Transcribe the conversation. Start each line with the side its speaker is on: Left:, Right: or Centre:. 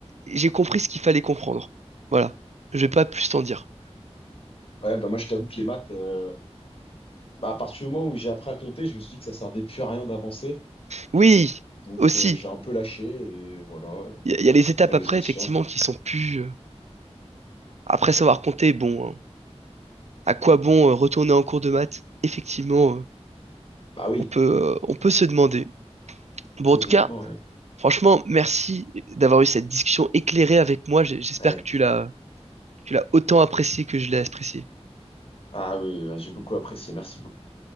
Right: j'ai compris ce qu'il fallait comprendre. Voilà. Je vais pas plus t'en dire.
Left: ouais, bah moi je t'avoue que les maths, euh, bah à partir du moment où j'ai appris à compter, je me suis dit que ça servait plus à rien d'avancer.
Right: Oui,
Left: Donc
Right: aussi,
Left: euh, j'ai un peu lâché et voilà.
Right: il y, a il y a les étapes
Left: Après
Right: après,
Left: les autres
Right: effectivement,
Left: sciences, je m'en
Right: qui
Left: foutais.
Right: sont plus... euh, Après savoir compter, bon, hein, à quoi bon euh, retourner en cours de maths? Effectivement, euh,
Left: Bah oui,
Right: on peut, euh, on peut se demander. Bon,
Left: très
Right: en tout
Left: honnêtement,
Right: cas,
Left: ouais.
Right: franchement, merci d'avoir eu cette discussion éclairée avec moi. J'ai- J'espère
Left: Ouais.
Right: que tu l'as... tu l'as autant apprécié que je l'ai apprécié.
Left: Ah oui, ouais, j'ai beaucoup apprécié, merci beaucoup.